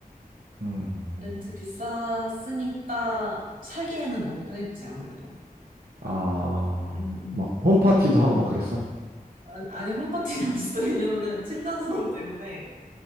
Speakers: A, on the right; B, on the right.
A: 음,
B: 렌트 비쌌으니까 살기에는 너무 편했지, 아무래도.
A: 아,
B: 음,
A: 막
B: 음.
A: 홈파티도 하고 막 그랬어?
B: 아니, 아니, 홈파티는 <laughs> 진짜 왜냐면은 층간소음 때문에